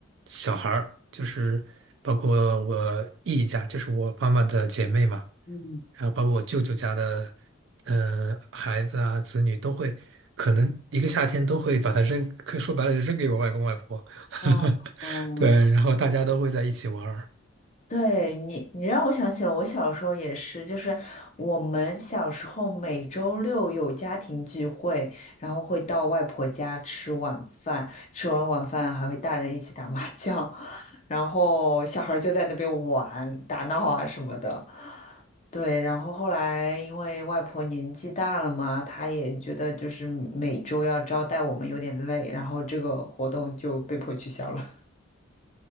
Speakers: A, on the right; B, on the left.
A: 小孩儿，就是包括我姨家，就是我妈妈的姐妹嘛。
B: 嗯，
A: 然后包括我舅舅家的，呃，孩子啊、子女都会，可能一个夏天都会把它扔，可以说白了就扔给我外公外婆。
B: 哦，
A: <laughs>
B: 哦，
A: 对，然后大家都会在一起玩儿。
B: 对你，你让我想起了我小时候也是，就是我们小时候每周六有家庭聚会，然后会到外婆家吃晚饭，吃完晚饭还会大人一起打麻将，<laughs> 然后小孩儿就在那边玩、打闹啊什么的。对，然后后来因为外婆年纪大了嘛，她也觉得就是每周要招待我们有点累，然后这个活动就被迫取消了。